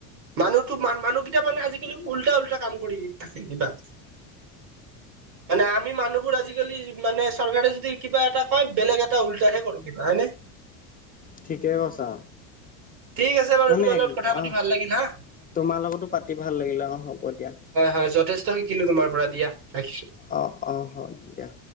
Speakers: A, on the right; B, on the left.
A: মানুহতো মানুহকেইটা মানে আজিকালি উল্টা-উল্টা কাম কৰি থাকে কিবা। <inaudible> মানে আমি মানুহবোৰ আজিকালি মানে চৰকাৰে যদি কিবা এটা কয়, বেলেগ এটা উল্টাহে কৰো কিবা হয় নে?
B: ঠিকেই কৈছা।
A: ঠিক আছে বাৰু
B: মানে
A: তোমাৰ লগত কথা পাতি
B: আহ,
A: ভাল লাগিল হা
B: তোমাৰ লগতো পাতি ভাল লাগিলে, অ' হ'ব দিয়া।
A: হয়-হয় যথেষ্ট শিকিলো তোমাৰ পৰা দিয়া, ৰাখিছো।
B: অ', অ', হওক দিয়া।